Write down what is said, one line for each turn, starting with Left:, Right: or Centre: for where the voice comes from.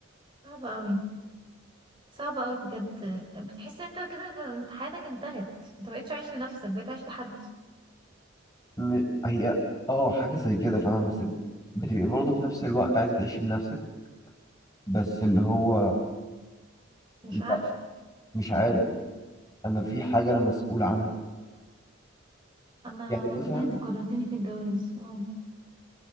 Right: صعبة قوي صعبة قوي بجد بتحس انت كده انت حياتك انتهت انت مبقتش عايش لنفسك بقيت عايش لحد
Left: م- هي اه حاجة زي كده فاهمة بس بتبقي برضه في نفس الوقت عايزة تعيشي لنفسك بس اللي هو
Right: مش
Left: لا
Right: عارفة
Left: مش عارف أنا في حاجة أنا مسؤول عنها
Right: انا
Left: يعني
Right: والله
Left: مثلا
Right: انت كرهتني في الجواز اه